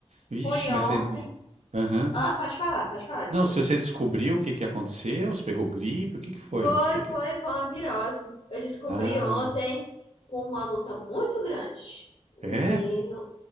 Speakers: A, on the right (about 85°); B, on the left (about 55°).
A: Vixe,
B: Fui ontem.
A: mas você... Aham.
B: Ah, pode falar, pode falar, desculpa.
A: Não, se você descobriu o que que aconteceu, você pegou gripe, o que que foi?
B: Foi,
A: O que que-
B: foi,
A: é?
B: foi uma virose. Eu descobri
A: Ah,
B: ontem com uma luta muito grande. Menino,
A: é?